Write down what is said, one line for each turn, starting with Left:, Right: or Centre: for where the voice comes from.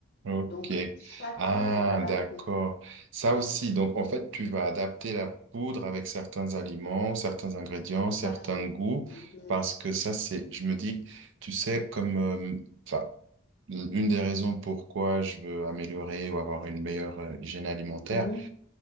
Right: Ok.
Left: Donc, chaque
Right: Ah,
Left: poudre est adaptée.
Right: d'accord. Ça aussi, donc en fait, tu vas adapter la poudre avec certains aliments, certains ingrédients,
Left: Tout
Right: certains
Left: à fait.
Right: goûts,
Left: Mhm.
Right: parce que ça, c'est, je me dis, tu sais, comme, euh, enfin, une des raisons pourquoi je veux améliorer ou avoir une meilleure euh, hygiène alimentaire,
Left: Mhm.